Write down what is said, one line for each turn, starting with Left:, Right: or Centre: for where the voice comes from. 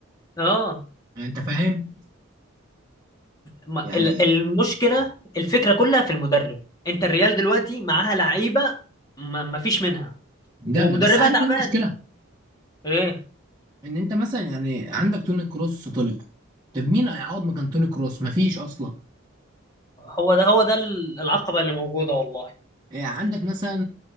Left: اه
Right: يعني انت فاهم؟
Left: ما
Right: يعني
Left: ال- المشكله الفكره كلها في المدرب انت الريال دلوقتي معاها لعيبه ما ما فيش منها
Right: جامدة
Left: ومدربها
Right: بس عارف
Left: تعبان
Right: ايه المشكلة؟
Left: ايه
Right: ان انت مثلا يعني عندك توني كروس طلع طب مين هيعوض مكان توني كروس؟ مفيش اصلا
Left: هو ده هو ده ال- العقبه اللي موجوده والله
Right: إيه عندك مثلا